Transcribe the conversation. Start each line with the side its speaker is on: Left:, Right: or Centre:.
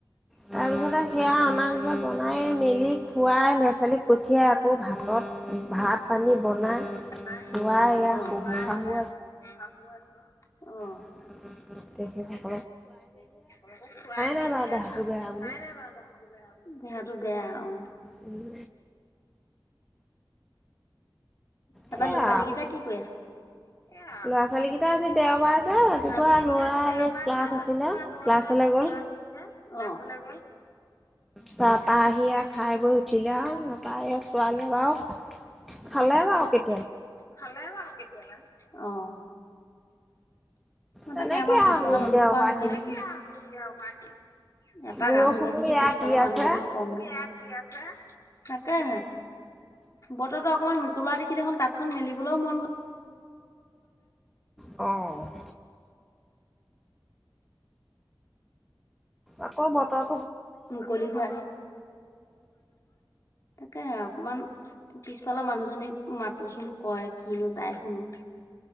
Centre: তাৰ পিছতে সেয়া অনা পিছা বনাই মেলি খুৱাই ল'ৰা ছোৱালীক পঠিয়াই আকৌ ভাতত ভাত পানী বনাই
Left: ক নাই
Centre: খুৱাই এয়া
Left: অ
Centre: শহু শাহু
Left: এ শাহু আছে অ
Centre: অ অ অ তে উ
Left: তেকল খুৱাই মেলিয়ে
Centre: নাই বাৰু দেহাটো
Left: শাহু
Centre: বেয়া
Left: উঠাই
Centre: বুলি
Left: নাই বাৰু দেহাতটো বেয়া বুলি দেহ বেয়া অ
Centre: উম
Left: তাৰপা
Centre: সেয়া
Left: ল'ৰা- ছোৱালী
Centre: আৰু
Left: কেইটা কি কৰি আছে? এবাৰ'
Centre: ল'ৰা ছোৱালীকেইটা আজি দেওবাৰ যে ৰাতিপুৱা
Left: ল'ৰা ছোৱালী কেইটা
Centre: ল'ৰা
Left: আজি দেওবাৰ
Centre: এই ক্লাছ
Left: আছে ৰাতিপুৱা
Centre: আছিলে
Left: লৰাৰ
Centre: ক্লাছলৈ
Left: আজি
Centre: গ'ল
Left: ক্লাছ আদি ক্লাছলে ক্লাছলে গল ।
Centre: তাৰপৰা আহি খাই বৈ উঠিলে আৰু নাপা ছোৱালীয়ে বাৰু খালে বাৰু কেতি,
Left: খালে বাৰো, কেতিয়াবা অহ, মই
Centre: তেনেকে
Left: তাকে আমাৰ
Centre: আৰু
Left: পিছ ফালৰ
Centre: আজি
Left: মানুহ
Centre: দেওবাৰ
Left: ঘৰ পৰা আহোঁগৈ
Centre: দিনটো
Left: গে নেকি। মাটি, এপাক
Centre: বৰষুণো
Left: আহোগে নেকি
Centre: ইয়াত
Left: পিছফালৰ
Centre: দি
Left: মানুহজনীক
Centre: আছে
Left: কমগে, কি আছে তাকে বতৰটো অকমান মুকুলৱা দেখি দেখোন তাঁতখন মেলিবলৈও মন গ',
Centre: <unintelligible> অহ, ' আকৌ বতৰ
Left: মুকলি হোৱা, তে 'অকমান পিছফালৰ মানুহজনীক মাতোচোন কয় কিনো তাই শুনো